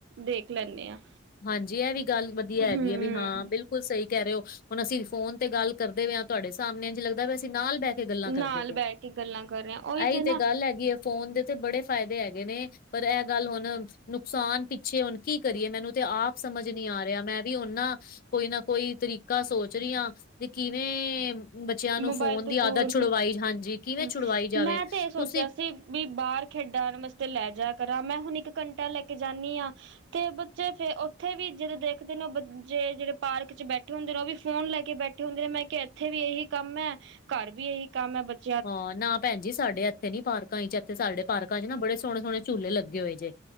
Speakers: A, on the right (about 60°); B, on the left (about 45°).
A: ਦੇਖ ਲੈਂਦੇ ਹਾਂ।
B: ਹਾਂਜੀ ਇਹ ਵੀ ਗੱਲ ਵਧੀਆ ਹੈਗੀ
A: ਹਮ
B: ਹੈ ਵੀ ਹਾਂ। ਬਿਲਕੁਲ ਬਿਲਕੁਲ ਸਹੀ ਕਹਿ ਰਹੇ ਹੋ। ਹੁਣ ਅਸੀਂ ਫੋਨ ਤੇ ਗੱਲ ਕਰਦੇ ਹੋ ਹਾਂ ਤੁਹਾਡੇ ਸਾਹਮਣੇ ਜੇ ਲੱਗਦਾ ਅਸੀਂ ਨਾਲ ਬਹਿਠ। ਗੱਲਾਂ ਕਰਦੇ
A: ਨਾਲ
B: ਪਏ।
A: ਬੈਠ ਕੇ ਗੱਲਾਂ ਕਰ ਰਹੇ ਹਾਂ। ਉਹੀ
B: ਇਹੀ ਤੇ
A: ਨਾ
B: ਗੱਲ ਹੈਗੀ। ਫੋਨ ਦੇ ਤੇ ਬੜੇ ਫਾਇਦੇ ਹੈਗੇ ਨੇ। ਪਰ ਇਹ ਗੱਲ ਹੁਣ, ਨੁਕਸਾਨ ਪਿੱਛੇ ਹੁਣ ਕੀ ਕਰੀਏ ਮੈਨੂੰ ਤੇ ਆਪ ਸਮਝ ਨੀ ਆ ਰਿਹਾ ਮੈਂ ਵੀ ਉਹਨਾਂ ਕੋਈ ਨਾ ਕੋਈ ਤਰੀਕਾ ਸੋਚ ਰਹੀਆਂ। ਵੀ ਕਿਵੇਂ ਬੱਚਿਆਂ ਨੂੰ
A: ਮੋਬਾਇਲ
B: ਫੋਨ
A: ਤੋਂ
B: ਦੀ
A: ਦੂਰ
B: ਆਦਤ ਛੁਡਵਾਈ
A: ਕਿ
B: ਹਾਂਜੀ, ਕਿਵੇਂ
A: ਹੂੰ
B: ਛੁਡਵਾਈ ਜਾਵੇ।
A: ਮੈਂ ਤੇ ਇਹ ਸੋਚਿਆ
B: ਤੁਸੀਂ
A: ਸੀ ਵੀ ਬਾਹਰ ਖੇਡਣ ਵਾਸਤੇ ਲੈ ਜਾਇ ਕਰਾਂ। ਮੈਂ ਹੁਣ ਇੱਕ ਘੰਟਾ ਲੈ ਕੇ ਜਾਂਦੀ ਹਾਂ। ਤੇ ਬੱਚੇ ਫੇ ਉੱਥੇ ਵੀ ਜਦੋਂ ਦੇਖਦੇ ਨੇ ਬੱਚੇ ਜਿਹੜੇ ਪਾਰਕ ਚ' ਬੈਠੇ ਹੁੰਦੇ ਨੇ ਉਹ ਵੀ ਫੋਨ ਲੈ ਕੇ ਬੈਠੇ ਇਕੈਠੇ ਹੁੰਦੇ ਨੇ ਮੈਂ ਕਿਹਾ ਇੱਥੇ ਵੀ ਇਹੀ ਕੰਮ ਹੈ। ਘਰ ਵੀ ਇਹੀ ਕੰਮ ਹੈ ਬੱਚ
B: ਹਾਂ, ਨਾ ਭੈਣਜੀ ਸਾਡੇ ਇੱਥੇ ਨੀ ਪਾਰਕਾਂ ਚ' ਇੱਥੇ ਸਾਡੇ ਪਾਰਕਾਂ ਚ' ਨਾ ਬੜੇ ਸੋਹਣੇ- ਸੋਹਣੇ ਝੂਲੇ ਲੱਗੇ ਹੋਏ ਜੇ।